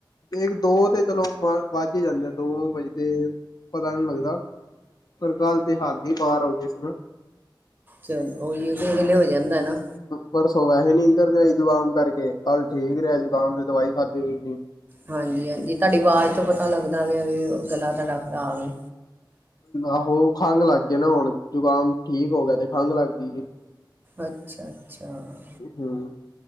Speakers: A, on the left (about 55°); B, on the right (about 25°).
A: ਇੱਕ ਦੋ ਤੇ ਚਲੋ ਵੱਜ ਹੀ ਜਾਂਦੇ ਆ ਦੋ ਵੱਜ ਪਤਾ ਨੀ ਲੱਗਦਾ। ਪਰ ਕੱਲ ਤੇ ਹੱਦ ਹੀ ਪਾਰ ਹੋ ਗਏ ਸੀ ਨਾ।
B: ਚਲ ਉਹੀ ਹੈ ਕਿ ਹਲੇ ਹੋ ਜਾਂਦਾ ਨਾ।
A: ਪਰ ਸਵੇ ਨਿੰਦਰ ਨੀ ਆਈ ਜੁਆਮ ਕਰਕੇ। ਕੱਲ ਠੀਕ ਰਿਹਾ ਜ਼ੁਕਾਮ ਦੀ ਦਵਾਈ, ਖਾਦੀ ਸੀ।
B: ਹਾਂਜੀ-ਹਾਂਜੀ, ਤੁਹਾਡੀ ਆਵਾਜ਼ ਤੋਂ ਪਤਾ ਲੱਗਦਾ ਵੀ ਗਲਾ ਤੁਹਾਡਾ ਖ਼ਰਾਬ ਐ।
A: ਆਹੋ ਖੰਘ ਲੱਗ ਗਏ, ਨਾ ਹੁਣ ਜ਼ੁਕਾਮ ਠੀਕ ਹੋ ਗਿਆ ਤੇ ਖੰਘ ਲੱਗ ਗਈ ਐ।
B: ਅੱਛਾ, ਅੱਛਾ
A: ਹੂੰ,